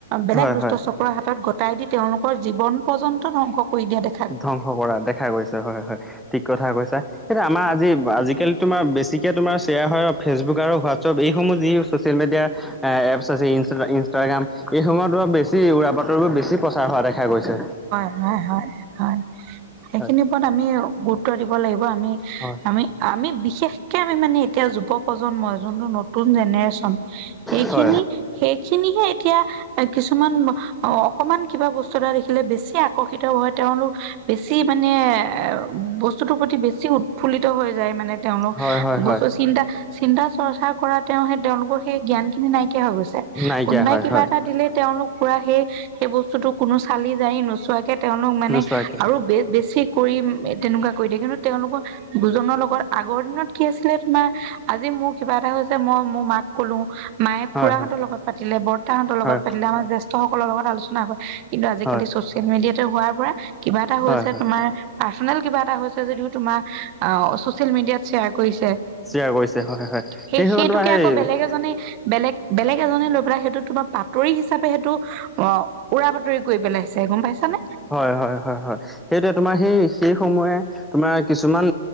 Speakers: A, on the right; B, in the centre.
A: বেলেগ
B: হয়
A: দুষ্ট
B: হয়।
A: চক্ৰৰ হাতত গতাই দি তেওঁলোকৰ জীৱন পৰ্যন্ত ধ্বংস কৰি দিয়া দেখ-
B: ধ্বংস কৰা দেখা গৈছে হয় হয় ঠিক কথা কৈছা। সেইটা আমাৰ আজি আজিকালি তোমাৰ বেছিকৈ তোমাৰ শ্বেয়াৰ হয় আৰু ফেচবুক আৰু হোৱাটছআপ এইসমূহ যি ছ'চিয়েল মিডিয়া এ এপছ আছে ই ইনষ্টাগ্ৰাম এইসময়ত বেছি উৰা বাতৰিবোৰ বেছি প্ৰ- চাৰ হোৱা দেখা গৈছে।
A: হয় হয় হয় সেইখিনিৰ
B: হয়
A: ওপৰত আমি গুৰুত্ব দিব লাগিব আমি।
B: হয়
A: আমি আমি বিশেষকে আমি মানে এতিয়া যুৱ প্ৰজন্মই যোনটো নতুন জেনেৰেচন। সেইখিনি
B: হয়
A: সেইখিনিহে এতিয়া কিছুমান অকমান কিবা বস্ত- চতা দেখিলে বেছি আকৰ্ষিত হয় তেওঁলোক বেছি মানে এ বস্তুটোৰ প্ৰতি বেছি উৎ ফুল্লিত হৈ যায় মানে তেওঁলোক
B: হয় হয় হয়
A: বছ
B: হয়
A: চিন্তা চিন্তা চৰ্চা কৰা তেওঁ সেই তেওঁলোকৰ সেই জ্ঞান খিনি নাইকিয়া হৈ গৈছে।
B: নাইকিয়া
A: কোনোবাই
B: হয়
A: কিবা
B: হয়
A: এটা দিলে তেওঁলোক পুৰা সেই সেই বস্তুতটো কোনো চালি জাৰি নোচোৱাকে তেওঁলোক মানে
B: নোচোৱাকে
A: আৰু বে বেছি। কৰি তেনেকুৱা কৰি দিয়ে কিন্তু তেওঁলোকৰ দুুজনৰ লগত আগৰ দিনত কি আছিলে তোমাৰ। আজি মোৰ কিবা এটা হৈছে মই মোৰ মাক কলো। মায়ে
B: হয়
A: খুৰাহতৰ
B: হয়
A: লগত পাতিলে বৰ্তাহতৰ লগত
B: হয়
A: পাতিলে আমাৰ জেষ্ঠসকলৰ লগত আলোচনা ক- কিন্তু আজিকালি
B: হয়
A: ছ'চিয়েল মিডিয়াতে হোৱাৰ পৰা কিবা এটা হৈছে
B: হয় হয়
A: তোমাৰ পাৰ্ছনেল কিবা এটা হৈছে যদিও তোমাৰ আহ, ছ'চিয়েল মেডিয়াত শ্বেয়াৰ কৰিছে।
B: শ্বেয়াৰ কৰিছে হয় হয়
A: সেই
B: সময়ত
A: সেইটোকে
B: তোমাৰ সেই
A: আকৌ বেলেগ এজনে বেলেগ বেলেগ এজনে লৈ পেলাই সেইটো তোমাৰ বাতৰি হিচাপে সেইটো অ, উৰা বাতৰি কৰি পেলাইছে গম পাইছানে
B: হয়, হয়, হয়, হয় সেইটোৱে তোমাৰ সেই শেষ সময়ে তোমাৰ কিছুমান